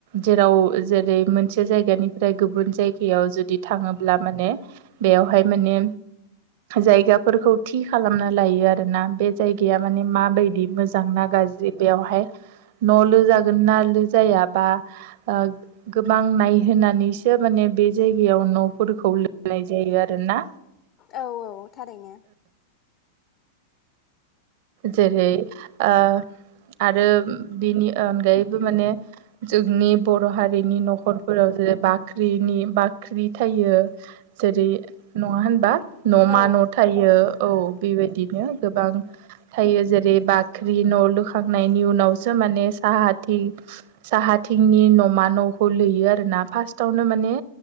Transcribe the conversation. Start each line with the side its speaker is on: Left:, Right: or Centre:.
Right: जेराव जेरै मोनसे जायगानिफ्राय गुबुन जायगायाव जुदि थाङोब्ला माने बेवहाय माने जायगाफोरखौ थि खालामना लायो आरो आरोना बे जायगाया माने माबायदि मोजां ना गाज्रि बेयावहाय न' लु जागोन ना लुजाया बा ओ गोबां नायहोनानैसो माने बे जायगायाव न'फोरखौ लिरनाय जायो आरोना
Left: औ औ थारैनो
Right: जेरै ओ आरो बिनि अनगायैबो माने जोंनि बर' हारिनि न'खरफोराव जेरै बाख्रिनि बाख्रि थायो जेरै नङा होनबा न'मा
Left: औ
Right: न' थायो औ बेबायदिनो गोबां थायो जेरै बाख्रि न' लुखांनायनि उनावसो माने साहाथिं साहाथिंनि न'मा न'खौ लैयो आरोना फार्स्टावनो माने